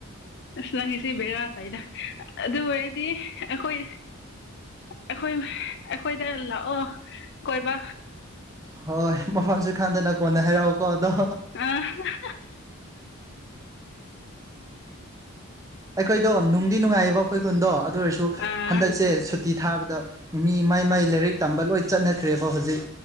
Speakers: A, on the left; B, on the right.
A: ꯑꯁ ꯅꯪꯉꯁꯤ ꯕꯦꯔꯥ ꯇꯥꯏꯗ ꯑꯗꯨ ꯑꯣꯏꯔꯗꯤ ꯑꯩꯈꯣꯏ ꯑꯩꯈꯣꯏ ꯑꯩꯈꯣꯏꯗ ꯂꯥꯛꯑꯣ ꯀꯣꯏꯕ
B: ꯍꯣꯏ ꯃꯐꯝꯁꯨ ꯈꯪꯗꯅ ꯀꯣꯟꯅ ꯍꯥꯏꯔꯛꯑꯣꯀꯣ ꯑꯗꯣ
A: ꯑ
B: ꯑꯩꯈꯣꯏꯗꯣ ꯅꯨꯡꯗꯤ ꯅꯨꯡꯉꯥꯏꯌꯦꯕ ꯑꯩꯈꯣꯏ ꯈꯨꯟꯗꯣ ꯑꯗꯨ ꯑꯣꯏꯔꯁꯨ
A: ꯑꯥ
B: ꯍꯟꯗꯛꯁꯦ ꯁꯨꯠ ꯇꯤ ꯊꯥꯕꯗ ꯃꯤ ꯃꯥꯏ ꯃꯥꯏ ꯂꯥꯏꯔꯤꯛ ꯇꯝꯕ ꯂꯣꯏ ꯆꯠꯅꯈ꯭ꯔꯦꯕ ꯍꯧꯖꯤꯛ